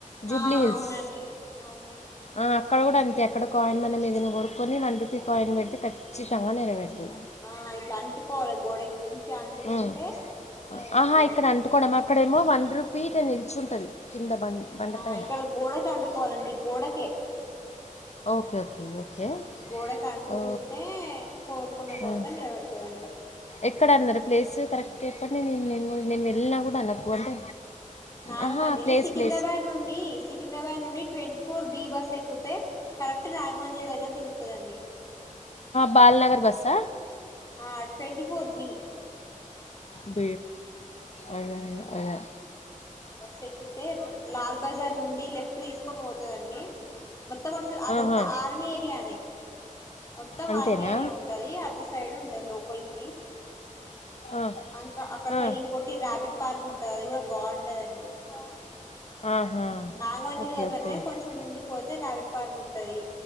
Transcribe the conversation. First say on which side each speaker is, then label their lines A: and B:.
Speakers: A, on the left (about 55°); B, on the left (about 25°).
A: జూబ్లీ
B: ఆ
A: హిల్స్
B: అవునండి అవును
A: ఆ, అక్కడ కూడా అంతే అక్కడ కాయిన్ మన ఏదనా కోరుక్కొని వన్ రూపీ కాయిన్ పెడితే ఖచ్చితంగా నెరవేరుతుంది
B: ఆ ఇట్లా అంటుకోవాలి గోడకి మంచి అంటుకుంటే
A: ఉమ్.
B: నెరవేరుతుంది
A: ఆహా ఇక్కడ
B: అండి
A: అంటుకోవడమా అక్కడేమో వన్ రూపీ ఎట్లా నిలిచి ఉంటుందా కింద బండ బండపైన
B: ఆహా ఇక్కడ గోడకి అంటుకోవాలి గోడకే
A: ఓకే ఓకే ఓకే
B: ఆ గోడ అంటుకుంటే
A: ఓ
B: కోరుకున్న కోరితే
A: ఉమ్.
B: నిలబెడుతుందంట
A: ఎక్కడ అన్నారు ప్లేస్ కరెక్ట్ ఎప్పటి నేను నేను నేను వెళ్ళినా కూడా నకు అంటే
B: రాగమందిర్
A: ఆహా ప్లేస్
B: సికింద్రాబాద్
A: ప్లేస్
B: నుండి సికింద్రాబాద్ నుండి ట్వంటీ ఫోర్ బి బస్సు ఎక్కుకితే కరెక్ట్ రాఘమందిర్ దగ్గర దింపుతుందండి
A: బాలనగర్ బస్ స
B: ఆ ట్వంట ఫోర్ బి
A: బ అ అయా
B: ఆ బస్ ఎక్కుతే లాల్ బజార్ నుండి లెఫ్ట్ తీసుకొని పోతుందండి మొత్తం అటు సైడ్
A: ఆహా,
B: అంత ఆర్మీ ఏరియానే మొత్తం
A: అంతేనా
B: ఆర్మీ ఏరియా ఉంటది అటు సైడ్ ఉంటది లోపలీ కి
A: ఆ,
B: అంకా అక్కడ
A: ఆ,
B: సైడ్ ఇంకోటి ర్యాబిట్ పార్క్ ఉంటది అది కూడా బాగుంటంది ఇది బాగుంది
A: ఆహా
B: నాగమజరి
A: ఓకే
B: దగ్గరనే
A: ఓకే
B: కొంచెం ముందు పోతే రావిడ్ పార్క్ ఉంటది